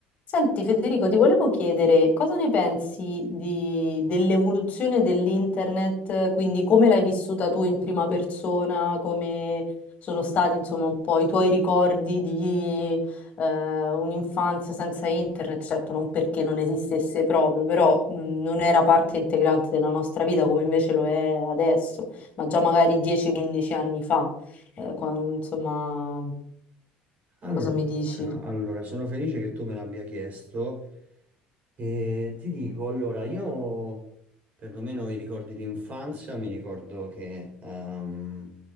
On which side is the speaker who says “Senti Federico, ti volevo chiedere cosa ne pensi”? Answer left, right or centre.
Left